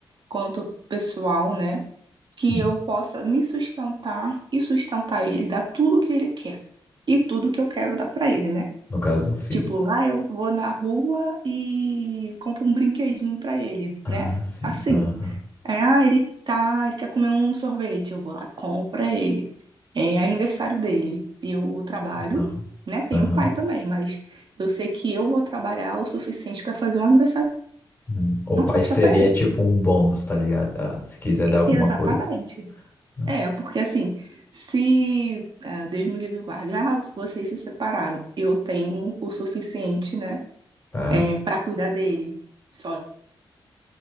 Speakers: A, on the right; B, on the left.
A: quanto pessoal, né,
B: Sim.
A: que eu possa me sustentar e sustentar ele, dar tudo o que ele quer e tudo que eu quero dar pra ele, né?
B: No caso, o filho.
A: Tipo, lá eu vou na rua e compro um brinquedinho pra ele,
B: Ah,
A: né?
B: sim.
A: Assim.
B: Aham.
A: É, ah, ele tá, ele quer comer um sorvete, eu vou lá, compro pra ele. É aniversário dele. Eu trabalho,
B: Não.
A: né? Tenho
B: Aham.
A: pai também, mas eu sei que eu vou trabalhar o suficiente pra fazer um aniversário,
B: Uhum. O
A: uma
B: pai
A: festa
B: seria,
A: pra ele.
B: tipo, um bônus, tá ligado? Ah, se quiser dar alguma
A: Exatamente.
B: coisa. Ah,
A: É, porque assim, se ah, Deus me livre e guarde, ah, vocês se separaram, eu tenho o suficiente, né,
B: tá.
A: é, para cuidar dele. Só.